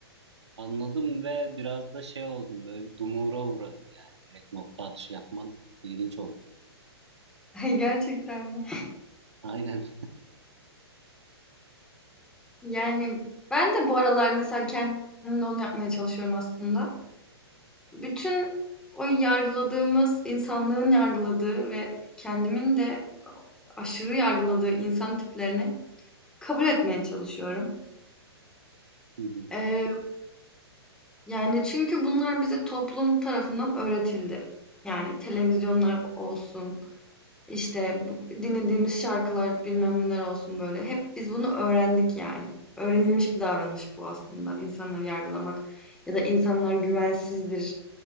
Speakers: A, on the right; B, in the centre.
A: anladım ve biraz da şey oldum böyle bir dumura uğradım yani. Direkt nokta atışı yapman ilginç oldu.
B: <laughs> Gerçekten mi?
A: Aynen.
B: Yani ben de bu aralar mesela kendimle onu yapmaya çalışıyorum aslında. Bütün o yargıladığımız, insanlığın yargıladığı ve kendimin de aşırı yargıladığı insan tiplerini kabul etmeye çalışıyorum.
A: <laughs> Hı hı,
B: Eee, yani çünkü bunlar bize toplum tarafından öğretildi. Yani televizyonlar olsun, İşte, bu dinlediğimiz şarkılar, bilmem neler olsun böyle. Hep biz bunu öğrendik yani. Öğrenilmiş bir davranış bu aslında. İnsanları yargılamak ya da insanlar güvensizdir